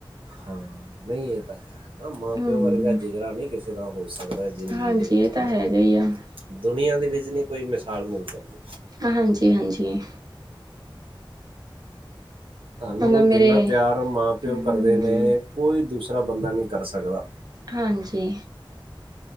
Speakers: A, on the right; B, on the right.
A: ਹਾਂ ਨਹੀਂ ਇਹ ਤਾਂ ਹੈ ਨਾ ਮਾਂ
B: ਹੂੰ
A: ਪਿਓ ਵਰਗਾ ਜਿਗਰਾ ਨਈ ਕਿਸੇ ਦਾ ਹੋ ਸਕਦਾ ਜ਼ਿੰਦਗੀ
B: ਹਾਂਜੀ
A: ਦੇ ਵਿੱਚ
B: ਇਹ ਤਾਂ
A: ਹਨਾ
B: ਹੈਗਾ ਹੀ ਆ
A: ਦੁਨੀਆਂ ਦੇ ਵਿੱਚ ਨਈ ਕੋਈ ਮਿਸਾਲ ਮਿਲ ਸਕਦੀ।
B: ਹਾਂਜੀ ਹਾਂਜੀ।
A: ਤਹਾਨੂੰ
B: ਮਤਲਬ ਮੇਰੇ
A: ਜਿੰਨਾ ਪਿਆਰ ਮਾਂ ਪਿਓ
B: ਹੂੰ
A: ਕਰਦੇ ਨੇ ਕੋਈ ਦੂਸਰਾ ਬੰਦਾ ਨਹੀਂ ਕਰ ਸਕਦਾ।
B: ਹਾਂਜੀ।